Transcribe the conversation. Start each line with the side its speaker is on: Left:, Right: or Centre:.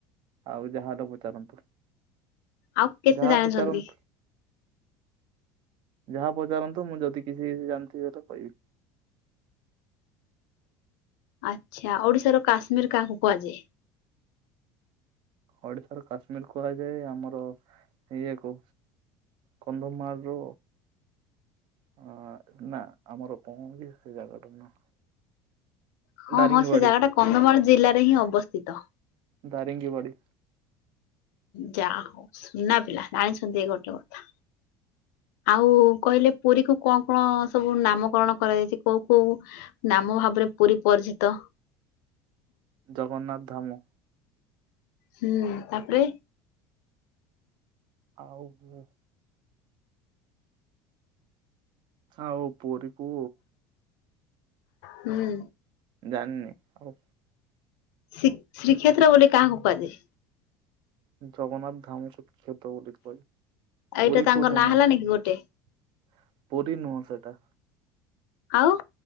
Right: ଆଉ ଯାହା ହେଲେ ପଚାରନ୍ତୁ।
Left: ଆଉ କେତେ
Right: ଯାହା
Left: ଜାଣିଛନ୍ତି?
Right: ପଚାରନ୍ତୁ ଯାହା ପଚାରନ୍ତୁ ମୁଁ ଯଦି କିଛି ଜାଣିଥିବି ତ କହିବି।
Left: ଆଚ୍ଛା ଓଡିଶାର କାଶ୍ମୀର କାହାକୁ କୁହାଯାଏ?
Right: ଓଡିଶାର କାଶ୍ମୀର୍ କୁହାଯାଏ ଆମର ଇଏ କୁ କନ୍ଧମାଳ ର ଆ ନା ଆମର କଣ ସେ ଜାଗାଟା ନା
Left: ହଁ
Right: ଦାରିଙ୍ଗବାଡି
Left: ହଁ ସେ ଜାଗା ଟା କନ୍ଧମାଳ ଜିଲ୍ଲାରେ ହିଁ ଅବସ୍ଥିତ।
Right: ଦାରିଙ୍ଗ୍ ବାଡ଼ି।
Left: ଯାହା ହଉ ସୁନା ପିଲା ଜାଣିଛନ୍ତି ଗୋଟେ କଥା। ଆଉ କହିଲେ ପୁରୀ କୁ କଣ କଣ ସବୁ ନାମକରଣ କରାଯାଇଚି କୋଉ କୋଉ ନାମ ଭାବରେ ପୁରୀ ପରିଚିତ।
Right: ଜଗନ୍ନାଥ ଧାମ।
Left: ହୁଁ ତାପରେ
Right: ଆଉ ମୁଁ ଆଉ ପୁରୀ କୁ
Left: ହୁଁ।
Right: ଜାଣିନି ଆଉ
Left: ଶ୍ରୀ ଶ୍ରୀକ୍ଷେତ୍ର ବୋଲି କାହାକୁ କୁହାଯାଏ?
Right: ଜଗନ୍ନାଥ ଧାମକୁୁକ୍ଷତ ବୋଲି କହ
Left: ଆଉ
Right: ପୁରୀକୁ
Left: ଏଇଟା ତାଙ୍କ
Right: <unintelligible>
Left: ନାଁ ହେଲାନି କି ଗୋଟେ
Right: ପୁରୀ ନୁହଁ ସେଟା
Left: ଆଉ?